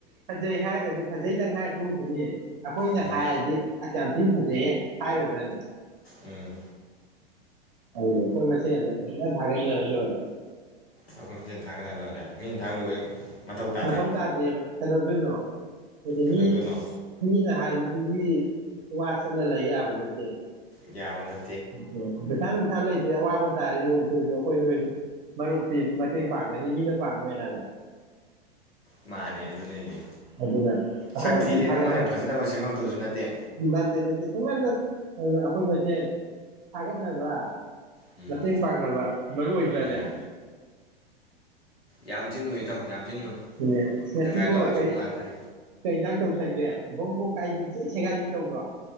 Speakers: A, on the right (about 50°); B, on the left (about 80°).
A: ꯐꯖꯩ ꯍꯥꯏꯔꯒꯁꯨ ꯐꯖꯩꯗꯪ ꯍꯥꯏꯔ ꯇꯣꯛꯈꯤꯅꯤ ꯑꯩꯈꯣꯏꯅ
B: ꯎꯝ
A: ꯍꯥꯏꯔꯗꯤ ꯊꯤꯅ ꯐꯖꯌꯦ ꯍꯥꯏꯔꯨꯖꯥꯠꯅꯤ
B: ꯎꯝ
A: ꯑꯣꯏ ꯃ ꯑꯗꯨ ꯊꯒ
B: ꯑꯩꯈꯣꯏ ꯃꯆꯤꯟ ꯊꯥꯒꯠꯅ ꯂꯣꯏꯔꯦ ꯃꯤꯅ ꯊꯥꯒꯠꯂꯨꯕꯩ ꯇꯥꯗꯦ
A: ꯃꯊꯧ ꯇꯥꯗꯦꯕ ꯀꯩꯅꯣꯗꯣꯏꯅꯣ ꯑꯗꯨꯗꯤ
B: ꯀꯩꯗꯧꯗꯣꯏꯅꯣ
A: ꯃꯤ ꯃꯤꯅ ꯍꯥꯏꯕ ꯑꯗꯨꯒꯤ ꯋꯥ ꯆꯠꯅ ꯂꯩ ꯌꯥꯕ ꯅꯠꯇꯦ
B: ꯌꯥꯕꯅ
A: <unintelligible> ꯄꯩꯁꯥ ꯅꯨꯡꯁꯥ ꯂꯩꯇ꯭ꯔꯦ ꯑꯋꯥꯕ ꯇꯥꯔꯦ ꯅꯣꯡ ꯆꯨꯕꯁꯨ ꯑꯩꯈꯣꯏ ꯅꯣꯏ ꯃꯔꯨꯞꯇꯤ ꯃꯇꯦꯡ ꯄꯥꯡꯒꯅꯤ ꯃꯤꯅ ꯄꯥꯡꯉꯣꯏ ꯍꯥꯏꯕ
B: ꯃꯥꯅꯦ ꯑꯗꯨꯅꯦ ꯑꯩꯁꯦ
A: ꯑꯗꯨꯅ ꯑꯩꯈꯣꯏ
B: ꯁꯛ
A: ꯃꯆꯦꯟ
B: ꯊꯤꯔꯦꯅ
A: ꯊꯒꯠꯅ
B: ꯃꯣꯏꯅ ꯐꯖꯅꯕ ꯁꯦꯝꯃꯛꯇꯕꯁꯨ ꯅꯠꯇꯦ
A: ꯅꯠꯇꯦ ꯅꯠꯇꯦ ꯅꯠꯇ ꯑ ꯑꯈꯣꯏꯁꯦꯦ ꯍꯥꯏꯒꯠꯅꯕ
B: ꯎꯝ
A: ꯃꯇꯦꯡ ꯄꯥꯡꯅꯕ ꯃꯔꯨ ꯑꯣꯏꯕ꯭ꯔꯥꯅꯦ
B: ꯎꯝ ꯌꯥꯝ ꯊꯤꯅ ꯅꯣꯏ ꯏꯇꯥꯎ ꯌꯥꯝ ꯊꯤꯅ ꯎꯏ
A: ꯏ ꯉꯁꯤꯕꯨ
B: ꯅꯪ ꯍꯥꯏꯗꯣ ꯑꯆꯨꯝꯕ
A: ꯀꯩ
B: ꯉꯥꯛꯇꯅꯤ
A: ꯀꯩꯇꯪ ꯇꯧꯁꯟꯒꯦ ꯕꯣꯡ ꯕꯣꯡ ꯀꯥꯏꯗꯤ ꯆꯦ ꯁꯦꯒꯥꯏꯁꯤ ꯇꯧꯕ꯭ꯔꯣ